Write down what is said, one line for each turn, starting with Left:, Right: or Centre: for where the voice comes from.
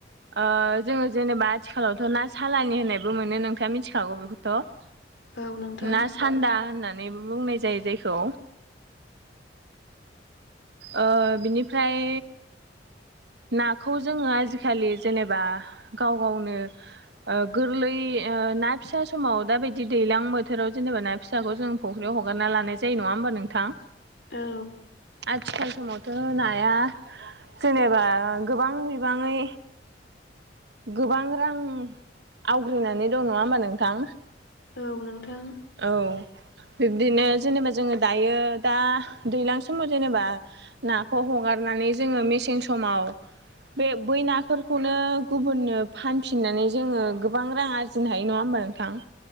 Right: ओ जोङो जेनेबा आथिखालावथ' ना सालानि होननायबो मोनो नोंथाङा मिथिखागौ बेखौथ'
Left: औ नोंथां
Right: ना सान्दा होननानैबो बुंनाय जायो जायखौ ओ बिनिफ्राय नाखौ जोङो आजिखालि जेनेबा गाव गावनो ओ गोरलै ओ ना फिसा समाव दा बायदि दैलां बोथोराव जेनेबा ना फिसाखौ जों फख्रियाव हगारना लानाय जायो नङा होमबा नोंथां
Left: औ
Right: आथिखाल समावथ' नाया जेनेबा ओ गोबां बिबाङै गोबां रां आवग्रिनानै दं नङा होमबा नोंथां
Left: औ नोंथां
Right: औ बिब्दिनो जेनेबा जोङो दायो दा दैज्लां समाव जेनेबा नाखौ हगारनानै जोङो मेसें समाव बे बै नाफोरखौनो गुबुननो फानफिननानै जोङो गोबां रां आरजिनो हायो नङा होमबा नोंथां?